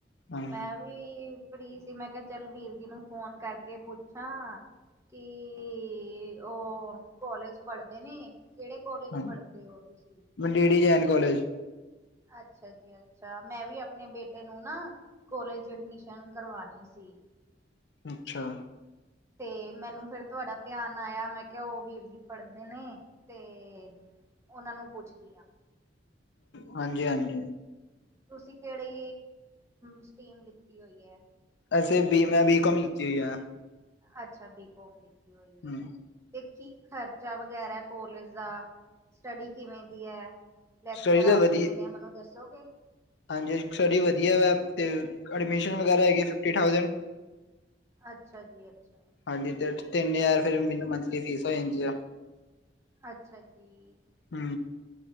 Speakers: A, on the left (about 75°); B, on the right (about 15°).
A: ਹਾਂ
B: ਮੈਂ ਵੀ ਵੀ ਫੀ੍ ਸੀ ਮੈਂ ਕਿਆ ਚੱਲ ਵੀਰ ਜੀ ਨੂੰ ਫੋਨ ਕਰਕੇ ਪੁੱਛਾਂ। ਕੀ ਉ ਕੋਲੇਜ ਪੜ੍ਹਦੇ ਨੇ ਕੇੜੇ ਕੋਲੇਜ
A: ਹਾਂ
B: ਪੜ੍ਹਦੇ ਹੋ ਤੁਸੀਂ?
A: ਮੈਂ ਡੀਡੀ ਜੈਨ ਕੋਲੇਜ।
B: ਅੱਛਾ ਜੀ। ਅੱਛਾ, ਮੈਂ ਵੀ ਅਪਣੇ ਬੇਟੇ ਨੂੰ ਨਾ ਕੋਲੇਜ ਐਡਮਿਸ਼ਨ ਕਰਵਾਣੀ ਸੀ।
A: ਅੱਛਾ।
B: ਤੇ ਮੈਨੂੰ ਫੇਰ ਤੁਆਡਾ ਧਿਆਨ ਆਇਆ, ਮੈਂ ਕਿਆ ਉ ਵੀਰ ਜੀ ਪੜ੍ਹਦੇ ਨੇ ਤੇ ਉਨਾਂ ਨੂੰ ਪੁੱਛਦੀ ਆ।
A: ਹਾਂਜੀ-ਹਾਂਜੀ।
B: ਤੁਸੀਂ ਕੇੜੀ ਸਟੀਮ ਲਿੱਤੀ ਹੋਈ ਏ।
A: ਅਸੀ ਬੀ ਮੈਂ ਬੀ ਕੋਮ ਲਿਤੀ ਹੋਈ ਏ।
B: ਅੱਛਾ, ਬੀਕੋਮ ਲਤੀ ਹੋਈ
A: ਹੂੰ,
B: ਏ ਤੇ ਕੀ ਖਰਚਾ ਵਗੈਰਾ ਕੋਲੇਜ ਦਾ? ਸਟੱਡੀ ਕਿਵੇਂ ਦੀ ਏ, ਲੈਕਚਰਾਰ
A: ਸਟੱਡੀ ਤਾਂ ਵਧੀਆ
B: ਕਿਵੇਂ ਦੇ ਏ ਮੈਨੂੰ ਦੱਸੋਗੇ।
A: ਹਾਂਜੀ ਸਟਡੀ ਵਧੀਆ ਵੇ, ਤੇ ਐਡਮਿਸ਼ਨ ਵਗੈਰਾ ਹੈਗੀ ਫਿਫਟੀ ਥਾੳਜੇਂਟ।
B: ਅੱਛਾ ਜੀ ਅੱਛਾ।
A: ਹਾਂਜੀ, ਤੇ ਤੇਨ ਹਜ਼ਾਰ ਫੇਰ ਮ ਮੰਥਲੀ ਫੀਸ ਹੋ ਜਾਂਦੀ ਆ।
B: ਅੱਛਾ ਜੀ।
A: ਹੁ।